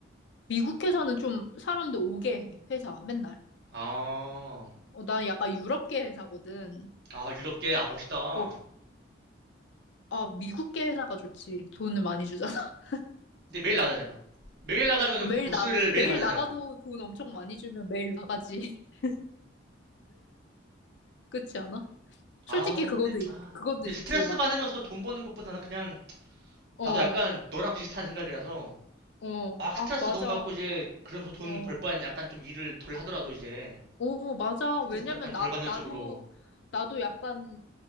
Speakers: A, on the left; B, on the right.
A: 미국 회사는 좀 사람들 오게 해, 회사, 맨날.
B: 아,
A: 어, 난 약간 유럽계 회사거든.
B: 아, 유럽계, 아, 멋있다.
A: 어, 아, 미국계 회사가 좋지. 돈을 많이 주잖아. <laughs>
B: 근데 매일 나가잖아. 매일 나가면은 그
A: 매일
B: 보스를
A: 나,
B: 매일
A: 매일
B: 가잖아.
A: 나가도
B: 자
A: 돈 엄청 많이 주면 매일 나가지. <laughs> 그렇지 않아? 솔직히
B: 아,
A: 그것도
B: 근데,
A: 있-
B: 아,
A: 그것도
B: 근데
A: 있지
B: 스트레스
A: 막
B: 받으면서 돈 버는 것보다는 그냥,
A: 어,
B: 나도 약간 너랑 비슷한 생각이라서,
A: 어,
B: 막
A: 아
B: 스트레스
A: 맞아,
B: 너무 받고 이제, 그러면서 돈
A: 어,
B: 벌 바엔 약간 좀 일을 덜 하더라도 이제,
A: 오 맞아.
B: 스트레스
A: 왜냐면
B: 약간
A: 나
B: 덜 받는
A: 나도
B: 쪽으로
A: 나도 약간